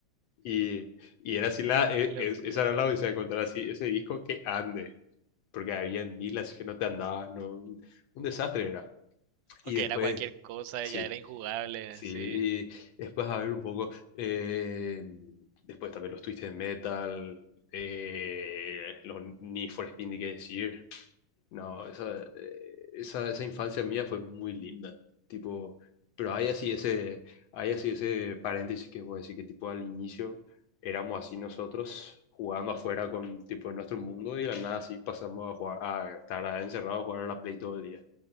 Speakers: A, on the left; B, on the right.
A: Y, y era así la, es,
B: qué locura.
A: esa era la odisea, de encontrar así ese disco que ande, porque había mil así que no te andaba, no, un desastre era. Y
B: O era
A: después,
B: cualquier cosa
A: sí,
B: y ya era injugable,
A: Sí,
B: sí.
A: y después a ver un poco, eh, después también los Twisted Metal, eh, los Need for Speed, ni qué decir. No, esa, eh, esa, esa infancia mía fue muy linda, tipo, pero hay así ese, hay así ese paréntesis que voy a decir que tipo al inicio éramos así nosotros jugando afuera con tipo en nuestro mundo y de la nada así pasamos a jugar, a estar encerrados a jugar a la Play todo el día,